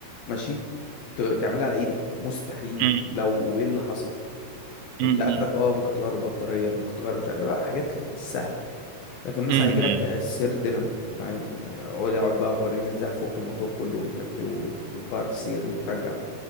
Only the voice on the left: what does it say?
ماشي ت- تعملها على ايدك مستحيل
لو ايه اللي حصل
انت اخرك اه ممكن تغير البطاريه ممكن تغير مش عارف تغير حاجات سهله لكن مثلا
هيجي لك آه، سير دينامو فاهم يعني اقعد أقعد بقى وريني هتزاي هفك الموتور كله وتركبه وتتغير سير وترجع